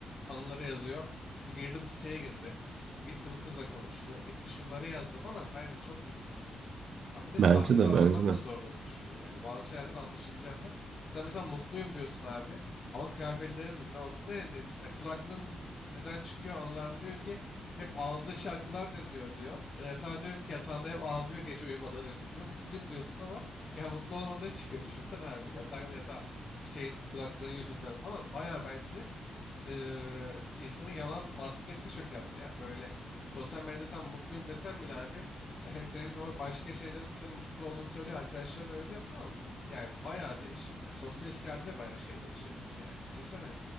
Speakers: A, on the left; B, on the right.
A: anıları yazıyor. Bu girdi bu siteye girdi. Bu gitti bu kızla konuştu. Gitti şunları yazdı falan. Bence çok kötü yani. Abi bir de sahte
B: Bence de
A: davranmak
B: bence de.
A: da zorlanışılıyor. Yani bazı şeylerden anlaşılacağını. Sen mesela mutluyum diyorsun abi. Ama kıyafetlerin mi ne olsun ne dedi- ya kulaklığın birden çıkıyor anılarda diyor ki hep ağladığı şarkılar dinliyor diyor. Ya yatağa diyor ki yatağında hep ağlıyor gece uyumadan önce diyor. Mutluyum diyorsun ama <laughs> ya mutlu olmadığın çıkıyor düşünsen abi. Yatağın yatağı şeyin kulaklığın yüzünden falan baya bence eee insanın yalan maskesi çökerdi ya. Böyle sosyal medyada sen mutluyum desen bile abi <laughs> senin o başka şeylerin senin mutsuz olduğunu söylüyor. Arkadaşların öğreniyor falan. Yani bayağı değişirdi. ya sosyal ilişkilerde de bayağı şey değişebilirdi yani. Düşünsene